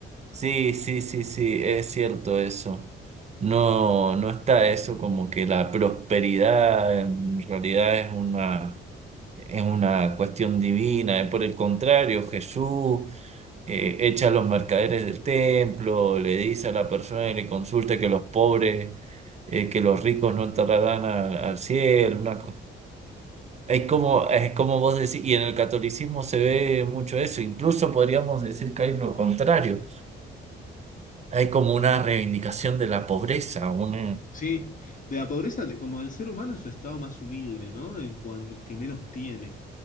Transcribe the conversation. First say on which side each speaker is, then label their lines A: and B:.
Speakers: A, on the right; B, on the left.
A: sí, sí, sí, sí, es cierto eso. No, no está eso como que la prosperidad en realidad es una, es una cuestión divina. eh, Por el contrario, Jesús. eh, echa a los mercaderes del templo, le dice a la persona que le consulta que los pobres, eh, que los ricos no entrarán al, al cielo, una co- Es como, es como vos decís, y en el catolicismo se ve mucho eso, incluso podríamos decir que hay lo contrario, hay como una reivindicación de la pobreza, un
B: Sí, de la pobreza, de- como del ser humano en su estado más humilde, ¿no? En cuan- que menos tiene.